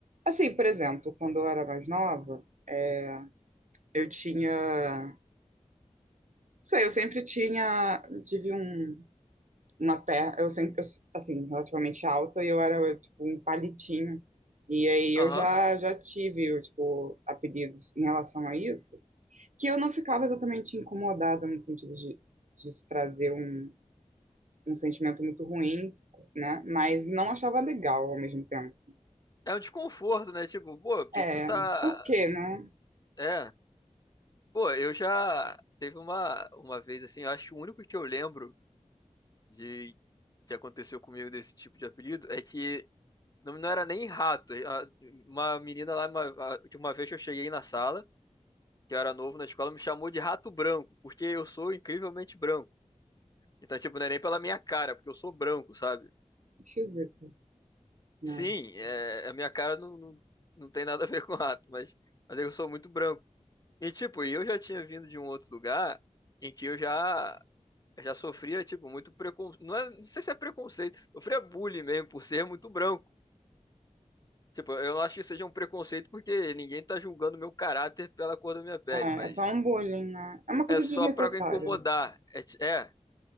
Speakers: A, on the right; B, on the left.
A: Assim, por exemplo, quando eu era mais nova, é, eu tinha. Não sei, eu sempre tinha. Tive um, uma perna. Eu sempre, eu, assim, relativamente alta e eu era, tipo, um palitinho. E aí
B: Aham.
A: eu já, já tive, eu, tipo, apelidos em relação a isso, que eu não ficava exatamente incomodada no sentido de, de isso trazer um, um sentimento muito ruim, né? Mas não achava legal ao mesmo tempo.
B: É um desconforto, né? Tipo, pô, por que
A: É,
B: que tu tá...
A: por quê, né?
B: É, pô, eu já teve uma, uma vez assim, eu acho que o único que eu lembro de que aconteceu comigo desse tipo de apelido é que Não, não era nem rato. A- Uma menina lá, uma, a- de uma vez que eu cheguei na sala, que eu era novo na escola, me chamou de rato branco, porque eu sou incrivelmente branco. Então, tipo, não é nem pela minha cara, porque eu sou branco, sabe?
A: Esquisito, né?
B: Sim, é, a minha cara não, não, não tem nada a ver <laughs> com rato, mas, mas eu sou muito branco. E, tipo, eu já tinha vindo de um outro lugar em que eu já, já sofria, tipo, muito preconceito. Não é, não sei se é preconceito, eu sofria bullying mesmo por ser muito branco. Tipo, eu não acho que seja um preconceito porque ninguém tá julgando meu caráter pela cor da minha pele,
A: É,
B: mas
A: é só um bullying, né? É uma coisa
B: é só
A: desnecessária.
B: pra incomodar. É, ti- é,